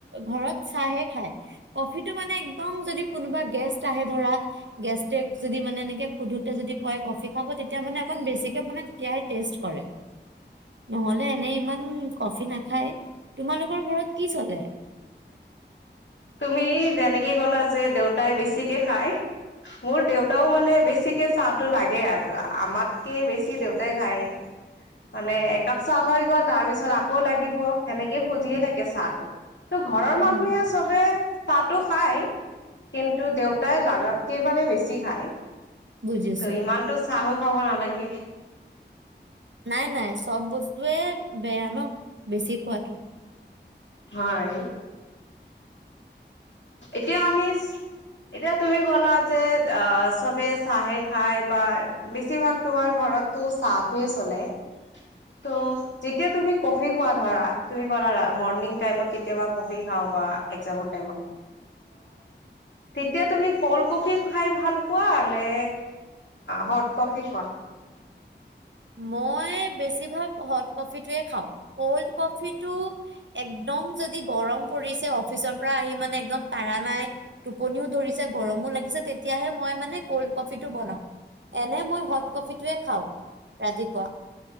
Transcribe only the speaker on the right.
ঘৰত চাহে খায় কফিটো মানে একদম যদি কোনোবা গেষ্ট আহে ধৰা গেষ্টে যদি মানে এনেকে সোধোতে যদি কয় কফি খাব তেতিয়া মানে অকন বেছিকে বনাই তেতিয়াহে টেষ্ট কৰে নহলে এনে ইমান কফি নাখায় তোমালোকৰ ঘৰত কি চলে!
উম,
বুজিছো
নাই নাই চব বস্তুয়ে বেয়া ন বেছি খোৱাটো
মই বেছিভাগ হট কফিটোৱে খাওঁ ক'ল্ড কফিটো একদম যদি গৰম পৰিছে অফিচৰ পৰা আহি মানে একদম পাৰা নাই টোপনিও ধৰিছে গৰমো লাগিছে তেতিয়াহে মই মানে ক'ল্ড কফিটো বনাওঁ এনে মই হট কফিটোৱে খাওঁ। ৰাতিপুৱা।